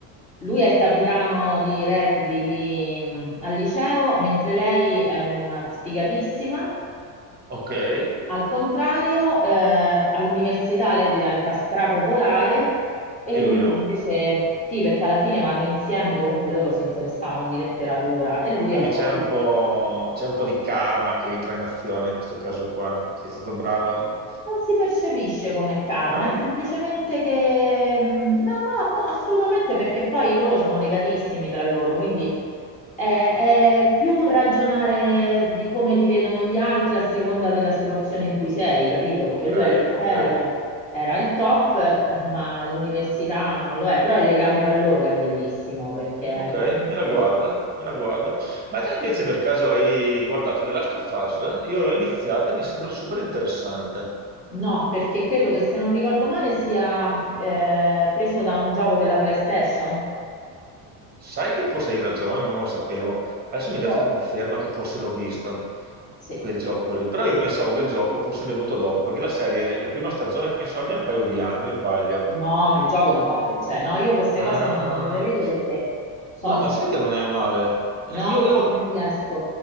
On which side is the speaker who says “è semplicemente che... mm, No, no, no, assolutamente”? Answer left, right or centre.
Left